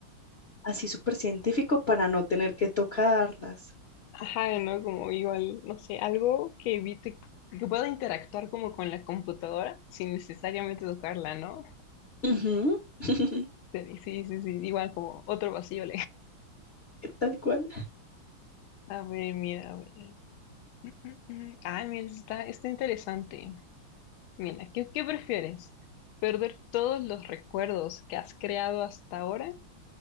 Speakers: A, on the left; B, on the left.
A: así súper científico para no tener que tocarlas.
B: ajá, ¿no? Como igual, no sé, algo que evite, que pueda interactuar como con la computadora sin necesariamente tocarla, ¿no?
A: Ujú, <laughs>
B: Sí, sí, sí, sí, igual como otro vacío
A: Tal cual.
B: A ver, mira, a ver. <clears throat> <laughs> Ay, mira, está, está interesante. Mira, ¿qué, qué prefieres? ¿Perder todos los recuerdos que has creado hasta ahora